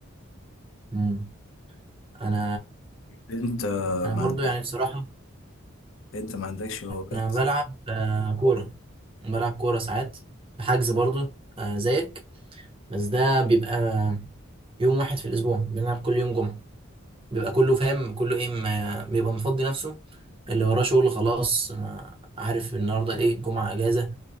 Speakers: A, on the right; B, on the left.
A: مم. انا
B: أنت
A: انا
B: ما
A: برضو
B: عند-
A: يعني بصراحة
B: أنت ما عندكش هوايات
A: انا بلعب آه كورة بلعب كورة ساعات حجز برضو آه زيك بس ده بيبقى يوم واحد في الأسبوع بنلعب كل يوم جمعة بيبقى كله فاهم كله إيه ما بيبقى مفضي نفسه اللي وراه شغل خلاص ما عارف النهاردة إيه جمعة إجازة